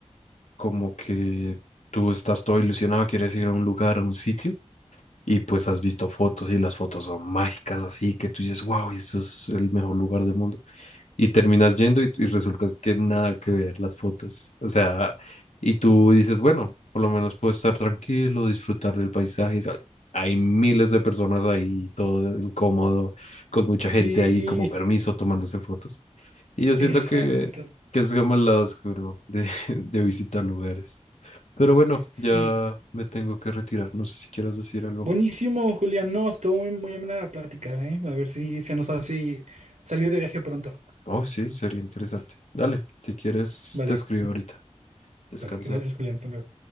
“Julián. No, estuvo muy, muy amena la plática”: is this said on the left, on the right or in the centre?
Right